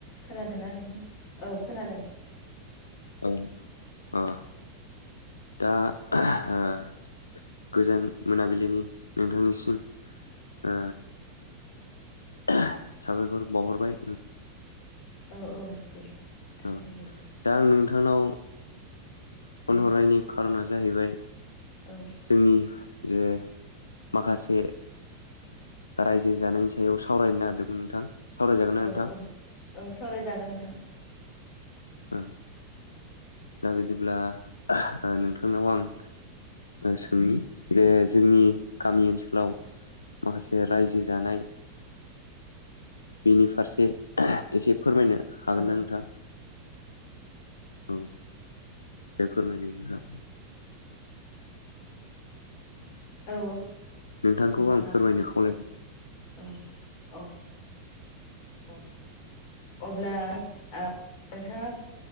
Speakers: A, on the left (about 45°); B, on the left (about 75°).
A: खोनादोंना नोंथां औ खोनादों।
B: औ आ दा ओ आं गोजोन मोनाबिलिनि नोंथांनिसिम ओ आ साबायखर बावहरबाय।
A: औ औ दे नोंथां
B: औ
A: गोजोन
B: दा आं नोंथांनाव फन हरनायनि खार'ना जाहैबाय
A: औ।
B: जोंनि जे माखासे रायजो जानायनि सायाव सावरायनो नागिरदोंमोन नोंथां सावरायजागोन ना
A: औ
B: नोंथां?
A: औ औ सावरायजागोन नोंथां
B: <unintelligible> दा बिदिब्ला आ नोंथांनाव आं सोंनि जे जोंनि गामि ओनसोलाव माखासे रायजो जानाय बिनि फारसे एसे फोरमायनो हागोन
A: औ
B: ना नोंथां? औ दे फोरमायदो नोंथां।
A: औ
B: नोंथांखौ
A: औ
B: आं
A: हागोन
B: फोरमायनो
A: नोंथां
B: खावलायनाय
A: औ औ अब्ला आं नोंथाङा